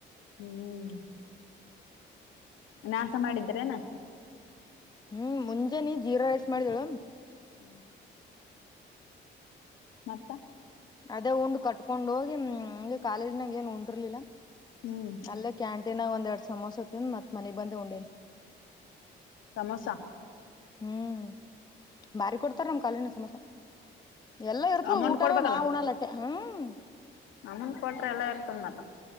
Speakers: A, on the left; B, on the left.
A: ಹ್ಮ್ ನಾಶ ಮಾಡಿದ್ರೇನಾ
B: ಹ್ಮ್ ಮುಂಜಾನ ಜೀರಾ ರೈಸ್ ಮಾಡಿದಳ.
A: ಹ್ಮ್ ಮತ್ತ
B: ಅದೇ ಉಂಡ್ ಕಟ್ಕೊಂಡ್ ಹೋಗಿ ಇಂಗ್ ಕಾಲೇಜ್ ಅಂಗ್ ಏನ್ ಉಂಡಿರ್ಲಿಲ್ಲ
A: ಹ್ಮ್
B: ಅಲ್ಲೇ ಕ್ಯಾನ್ ಟ್ಟಿನಾಗ ಒಂದೆರಡ್ ಸಮೋಸ ತಿನ್ ಮತ್ ಮನಿಗ್ ಬಂದೆ ಉಂಡೀನ್
A: ಸಮೋಸಾ
B: ಹ್ಮ್ ಬಾರಿ ಕೊಡ್ತಾರ ನಮ್ ಕಾಲಿಜ್ನ ಸಮೋಸ. ಎಲ್ಲಾ ಇರ್ತದ
A: ಅಮೌಂಟ್
B: ಊಟನು
A: ಕೊಡ್ಬೇಕಲ್ಲ
B: ನಾ ಉಣಲ್ಲಟ್ಟೆ ಹ್ಮ್
A: ಅಮೌಂಟ್ ಕೊಟ್ರ ಎಲ್ಲ ಇರ್ತದ ಮತ್ತ.